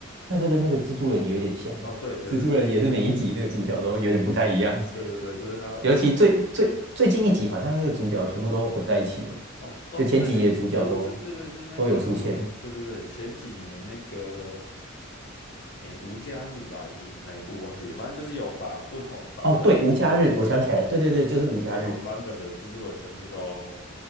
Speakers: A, on the right (about 60°); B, on the left (about 60°).
A: 那这个那个蜘蛛人也有点像，
B: 哦，对对对对对，
A: 蜘蛛人也是每一集那个主角都有点不太一样，
B: 哦，对对对，就是他不
A: 尤其最最最近一集好像那个主角全部都混在一起了，
B: 哦哦，
A: 就前几集的主角都
B: 最近对对，就是对对，就是那个对对对，
A: 都有出现。
B: 前几年那个，诶，无家日吧，还是哪一部忘记了反正就是有把不同版本的所有的
A: 哦，对，无家日，我想起来了，对对对，就是无家日，
B: 不同版本的蜘蛛人全部都